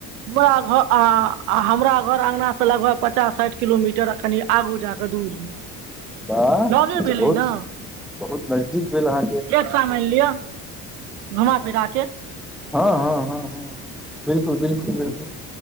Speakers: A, on the right; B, in the centre.
A: हमरा घर आ हमरा घर अङ्गना स लगभग पचास साठि किलोमीटर कनि आगू जाकऽ दूरमे।
B: बाह ई
A: लगे
B: त
A: भेलै
B: बहुत
A: ने
B: बहुत नजदीक भेल अहाँके।
A: सा मानि लिअ घुमा फिरा के।
B: हँ हँ हँ हँ हँ बिल्कुल बिल्कुल बिल्कुल